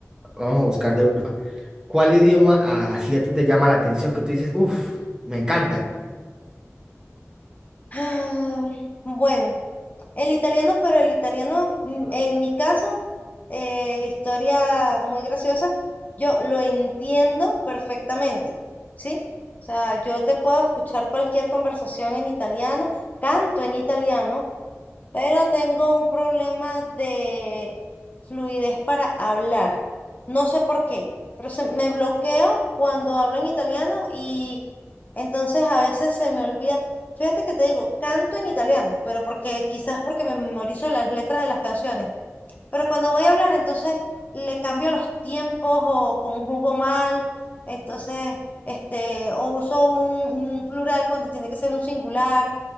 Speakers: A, on the right (about 15°); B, on the left (about 30°).
A: Vamos a buscar de Europa. ¿Cuál idioma ah, así a ti te llama la atención que tú dices, uff, me encanta?
B: Ah, Bueno, el italiano, pero el italiano, mm, en mi caso, eh, historia muy graciosa, yo lo entiendo perfectamente, ¿sí? O sea, yo te puedo escuchar cualquier conversación en italiano, canto en italiano pero tengo un problema de fluidez para hablar. No sé por qué, pero se- me bloqueo cuando hablo en italiano y entonces a veces se me olvida. Fíjate que te digo, canto en italiano, pero porque quizás porque me memorizo las letras de las canciones. Pero cuando voy a hablar, entonces le cambio los tiempos o conjugo mal, entonces, este, o uso un, un plural cuando tiene que ser un singular.